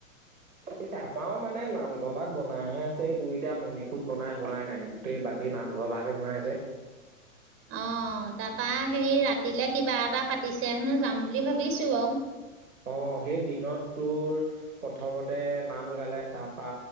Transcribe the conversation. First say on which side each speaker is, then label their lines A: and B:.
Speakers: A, on the right; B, on the right.
A: ঠিক আছে আমাৰও মানে নামঘৰ ভাগ পি পিছে আমাও মানে বনাইহে আছে, এই তোৰ এতিয়া মণিকূট বনাই হোৱাই নাই, গোটেই বাকী নামঘৰ ভাগহে বনাই আছে।
B: অঁ, তাপা হেই ৰাতিলে কিবা এটা পাতিছে হেনো যাম বুলি ভাবিছো আৰু।
A: অঁ, সেই দিনত তোৰ, প্ৰথমতে নাম গালে, তাপা